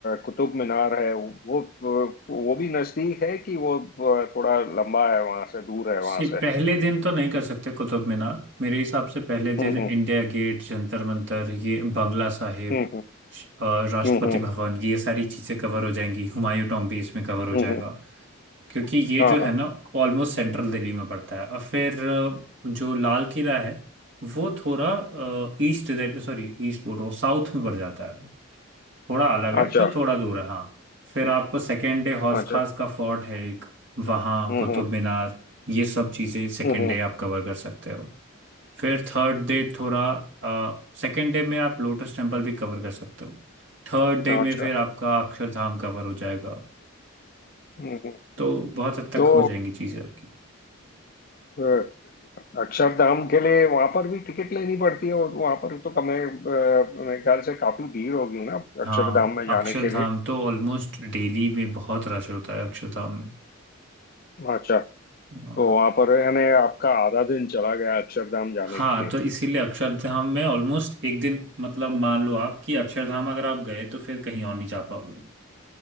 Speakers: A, on the left; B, on the right.
A: कुतुब मीनार है वो वो वो भी नजदीक है कि वो अ, थोड़ा लंबा है वहां से दूर है
B: सी
A: वहां से
B: पहले दिन तो नहीं कर सकते कुतुब मीनार मेरे हिसाब से पहले दिन
A: हम्म
B: इंडिया गेट जंतर मंतर ये बंगला साहिब
A: हम्म
B: श- अ, राष्ट्रपति
A: हम्म हम्म हम्म
B: भवन ये सारी चीज़ें कवर हो जाएंगी हुमायूं टॉम्ब भी इसमें कवर हो
A: हम्म,
B: जाएगा
A: हम्म, हम्म।
B: क्योंकि ये
A: हाँ
B: जो है
A: हाँ
B: ना ऑलमोस्ट सेंट्रल दिल्ली में पड़ता है और फिर अ, जो लाल किला है वो थोड़ा ईस्ट सॉरी ईस्ट बोल रहा हूँ साउथ में पड़ जाता है थोड़ा अलग है
A: अच्छा
B: तो थोड़ा दूर है हाँ फिर आपको सेकेंड डे हौस
A: अच्छा
B: खास का फोर्ट है एक वहाँ
A: हम्म
B: कुतुब
A: हम्म
B: मीनार ये सब चीज़ें सेकेंड
A: हम्म
B: डे आप कवर कर सकते हो फिर थर्ड डे थोड़ा सेकेंड डे में आप लोटस टेम्पल भी कवर कर सकते हो थर्ड डे
A: हम्म,
B: में
A: अच्छा
B: फिर आपका अक्षरधाम कवर हो जाएगा
A: हम्म हम्म।
B: तो बहुत हद तक
A: तो
B: हो जाएंगी चीज़ें आपकी
A: अ, अक्षरधाम के लिए वहां पर भी टिकट लेनी पड़ती है और वहां पर तो कम है, अ, मेरे ख्याल से काफी भीड़ होगी ना
B: हाँ
A: अक्षरधाम में जाने
B: अक्षरधाम
A: के लिए
B: तो ऑलमोस्ट डेली में बहुत रश होता है अक्षरधाम में
A: अच्छा
B: हाँ
A: तो वहां पर यानी आपका आधा दिन चला गया अक्षरधाम जाने
B: हाँ
A: के लिए
B: तो इसीलिए अक्षरधाम में ऑलमोस्ट एक दिन मतलब मान लो आप कि अक्षरधाम अगर आप गए तो फिर कहीं और नहीं जा पाओगे